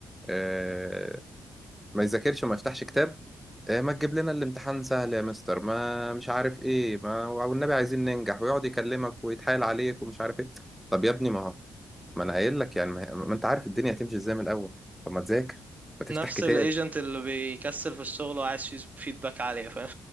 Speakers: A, in the centre; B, on the right (about 25°).
A: آه، ما يذاكرش وما يفتحش كتاب آه، ما تجيب لنا الامتحان سهل يا مستر ما مش عارف ايه ما والنبي عايزين ننجح ويقعد يكلمك ويتحايل عليك ومش عارف ايه طب يا ابني ما هو ما انا قايل لك يعني ما, هي- ما انت عارف الدنيا هتمشي ازاي من الاول طب ما تذاكر ما تفتح
B: نفس
A: كتاب
B: الايجنت اللي بيكسل في الشغل وعايز فيدباك عالية فاهم